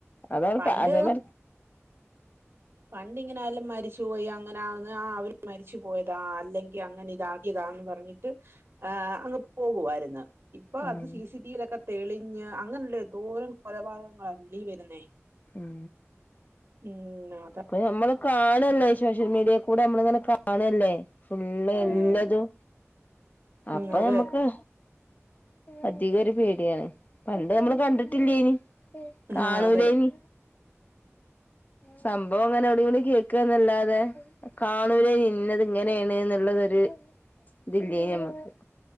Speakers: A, on the left (about 35°); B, on the right (about 50°).
A: അതാണ്
B: പണ്ട്
A: അതേമാതിരി
B: പണ്ടിങ്ങനെ ആലും മരി പോയി അങ്ങനെ ആന്ന് അവര് മരിച്ചു പോയതാ അല്ലെങ്കിൽ അങ്ങനെ ഇതാക്കിയതാന്ന് പറഞ്ഞിട്ട് ആ അങ്ങ് പോകുവായിരുന്നു ഇപ്പൊ
A: ഉം
B: അത് സിസി ടിവിയിലൊക്കെ തെളിഞ് അങ്ങനെയല്ലേ എന്തോരം കൊലപാതങ്ങളാ വെളി വരുന്നേ
A: ഉം
B: ഉം ന
A: ഇപ്പം നമ്മള് കാണല്ലേ ഈ ശോഷ്യൽ മീഡിയെകൂടെ നമ്മളിങ്ങനെ കാണല്ലേ ഫുള്ള് എല്ലതും.
B: ഉം
A: അപ്പം
B: ഉം അതെ
A: ഞമ്മക്ക് അധികൊര് പേടിയാണ്. പണ്ട് നമ്മള് കണ്ടിട്ടില്ലേനി
B: ആ
A: കാണൂലേനി.
B: അതെ
A: സംഭവം ഇങ്ങനെ അവ്ടിംബടീം കേക്കാന്നല്ലാതെ. കാണൂല്ലേനി. ഇന്നത് ഇങ്ങനേണ് ന്നുള്ളതൊര് ഇത് ഇല്ലേനി ഞമ്മക്ക്.